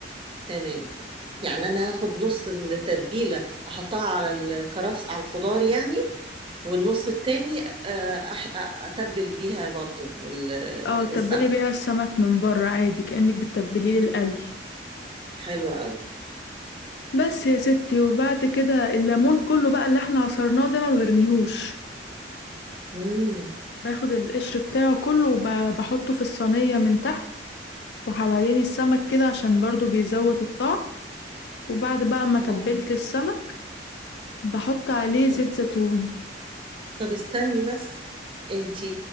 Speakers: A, on the right; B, on the left.
A: تمام يعني انا هاخد نص التتبيلة احطها على الكرفس على الخضار يعني والنص التاني آه، أح- أتبل بيها برضو ال-
B: اه تبلي
A: السمك
B: بيها السمك من بره عادي كأنك بتتبليه للقلي
A: حلو قوي
B: بس يا ستي وبعد كده الليمون كله بقى اللي احنا عصرناه ده ما برميهوش
A: امم
B: باخد القشر بتاعه كله وبحطه في الصينية من تحت وحوالين السمك كده عشان برضو بيزود الطعم وبعد بقى ما تبلت
A: اه
B: السمك بحط عليه زيت
A: طب
B: زيتون
A: طب استني بس انتي